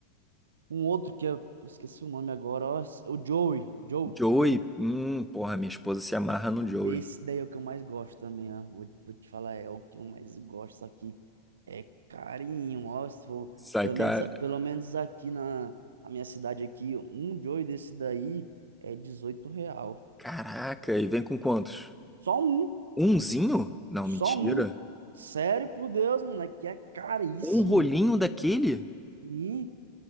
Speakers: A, on the right (about 65°); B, in the centre.
A: um outro que eu eu esqueci o nome agora, ó, o Joey, Joe,
B: Joey.
A: Joe.
B: Hum, porra, minha esposa se amarra no Joey.
A: Esse daí é o que eu mais gosto também, ó. Vou, vou te falar, é o que eu mais gosto aqui. É carinho, ó, se for,
B: Sai,
A: pelo
B: cara.
A: menos, pelo menos aqui na, na minha cidade aqui, um Joey desse daí é dezoito real.
B: Caraca, e vem com quantos?
A: Só um,
B: Umzinho? Não,
A: só
B: mentira.
A: um. Sério, por Deus, mano, aqui é caríssimo.
B: Um rolinho daquele?
A: e